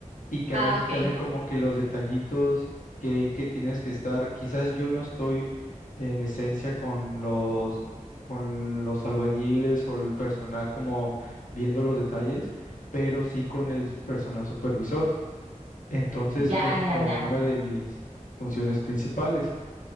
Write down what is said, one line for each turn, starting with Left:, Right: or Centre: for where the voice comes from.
Left: y que
Right: Ah,
Left: a veces
Right: ok.
Left: salen como que los detallitos que, que tienes que estar. Quizás yo no estoy en esencia con los, con los albañiles o el personal como viendo los detalles, pero sí con el personal supervisor. Entonces,
Right: Ya,
Left: esa es
Right: ya,
Left: como
Right: ya.
Left: una de mis funciones principales.